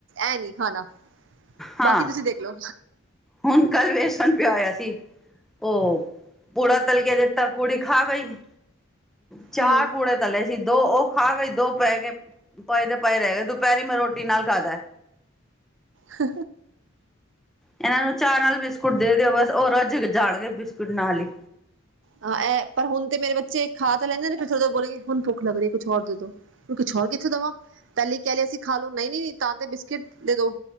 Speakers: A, on the right; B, in the centre.
A: ਐ ਨੀ ਖਾਣਾ
B: ਹਾਂ
A: ਬਾਕੀ ਤੁਸੀਂ ਦੇਖਲਓ
B: ਹੁਣ ਕੱਲ੍ਹ ਵੇਸਣ ਪਿਆ ਹੋਇਆ ਸੀ ਉਹ ਪੂੜਾ ਤਲ ਕੇ ਦਿੱਤਾ ਕੁੜੀ ਖਾ ਗਈ ਚਾਰ
A: ਹਮ
B: ਪੂੜ ਤਥੱਲੇ ਸੀ ਦੋ ਉਹ ਖਾ ਕੇ ਦੋ ਪੈ ਕੇ ਪਏ ਤੇ ਪਏ ਰਹਿ ਗਏ ਦੁਪਹਿਰੀ ਮੈਂ ਰੋਟੀ ਨਾਲ ਖਾਦਾ
A: ਹ
B: ਇਹਨਾਂ ਨੂੰ ਚਾਹ ਨਾਲ ਬਿਸਕੁਟ ਦੇ ਦਿਓ ਬਸ ਹੋਰ ਰਜ ਜਾਣਗੇ ਬਿਸਕੁਟ ਨਾਲ ਹੀ
A: ਆਹ ਇਹ ਪਰ ਹੁਣ ਤੇ ਮੇਰੇ ਬੱਚੇ ਖਾ ਤਾਂ ਲੈਂਦੇ ਨੇ ਬੋਲ ਹੁਣ ਭੁੱਖ ਲੱ ਰਹੀ ਕੁਛ ਹੋਰ ਜਦੋਂ ਹੁਣ ਹੋਰ ਕੁਝ ਉਥੋਂ ਦਵਾਂ ਪਹਿਲੇ ਕਹਿ ਲ ਅਸੀਂ ਖਾ ਲੋੋ ਨਹੀਂ ਨ ਤਾਂ ਤੇ ਬਿਸਕਿਟ ਦੇ ਦੋ